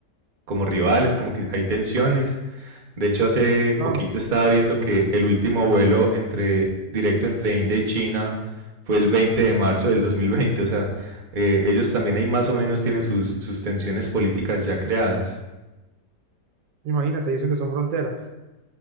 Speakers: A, on the right; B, on the right.
A: como rivales, como que hay tensiones. De hecho, hace
B: Claro,
A: poquito estaba viendo que el último vuelo entre, directo entre India y China fue el 20 de marzo del 2020. O sea, eh, ellos también ahí más o menos tienen sus, sus tensiones políticas ya creadas.
B: imagínate, y eso que son fronteras.